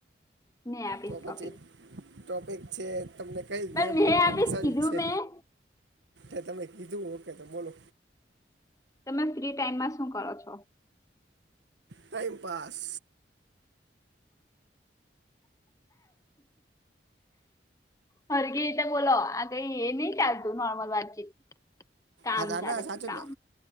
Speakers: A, on the left; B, on the right.
A: મેં આપીશ
B: તો
A: ટોપિક
B: પછી ટોપિક છે તમને કઈ
A: પણ
B: ગેમ
A: મેં
B: રમણી
A: આપીશ
B: પસંદ
A: કીધું
B: છે.
A: મેં
B: એ તમે કીધું ઓકે તો બોલો.
A: તમે ફ્રી ટાઈમમાં શું કરો છો.
B: ટાઈમપાસ.
A: <inaudible> હરગી તો બોલો આ કઈ એ નહી ચાલતું નોર્મલ વાતચીત કામ
B: હા તોા
A: ચાલે
B: ના સાચું
A: છે કામ